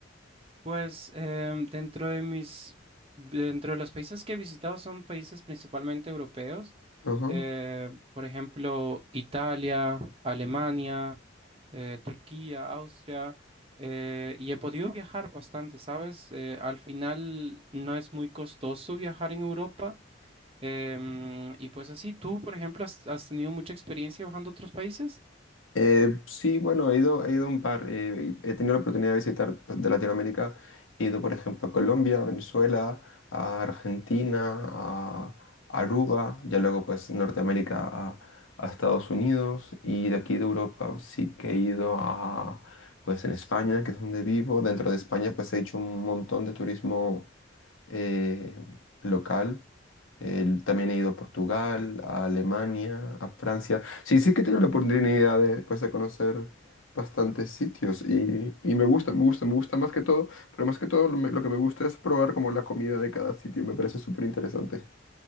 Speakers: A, on the right (about 30°); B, on the left (about 80°).
A: Pues em, dentro de mis, dentro de los países que he visitado son países principalmente europeos,
B: Ajá.
A: eh, por ejemplo, Italia, Alemania, eh, Turquía, Austria, eh, y he podido viajar bastante, ¿sabes? Eh, al final no es muy costoso viajar en Europa, em, y pues así, ¿tú, por ejemplo, has, has tenido mucha experiencia viajando a otros países?
B: Eh, sí, bueno, he ido, he ido a un par, eh, y he tenido la oportunidad de visitar pues, de Latinoamérica, he ido por ejemplo a Colombia, a Venezuela, a Argentina, a Aruba, ya luego pues Norteamérica a, a Estados Unidos y de aquí de Europa sí que he ido a pues en España, que es donde vivo, dentro de España pues he hecho un montón de turismo eh, local, El- también he ido a Portugal, a Alemania, a Francia, Sí, sí que tengo la oportunidad de, pues, de conocer bastantes sitios y, y me gusta, me gusta, me gusta más que todo, pero más que todo lo, me- lo que me gusta es probar como la comida de cada sitio, me parece súper interesante.